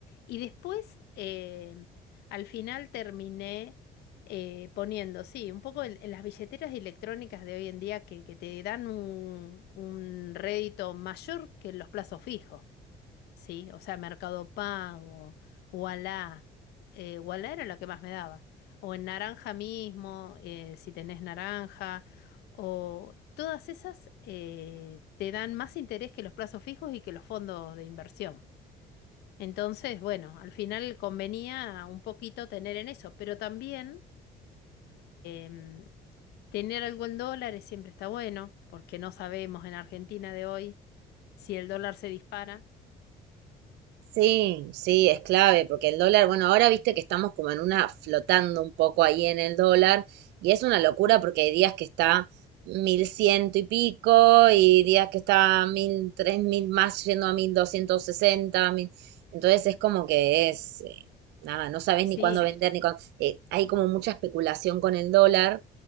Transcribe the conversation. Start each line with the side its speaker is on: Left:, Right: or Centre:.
Left: Y después, eh, al final terminé eh, poniendo, sí, un poco en, en las billeteras electrónicas de hoy en día que, que te dan un, un rédito mayor que los plazos fijos. Sí, o sea, Mercado Pago, Ualá, eh, Ualá era la que más me daba. O en naranja mismo, eh, si tenés naranja, o todas esas eh, te dan más interés que los plazos fijos y que los fondos de inversión. Entonces, bueno, al final convenía un poquito tener en eso, pero también em, tener algo en dólares siempre está bueno, porque no sabemos en Argentina de hoy si el dólar se dispara.
Right: Sí, sí, es clave, porque el dólar, bueno, ahora viste que estamos como en una flotando un poco ahí en el dólar, y es una locura porque hay días que está mil ciento y pico, y días que está mil, tres mil más yendo a mil doscientos sesenta, mil. Entonces es como que es, eh, nada, no sabes
Left: Sí,
Right: ni cuándo vender, ni cuándo. eh, hay como mucha especulación con el dólar,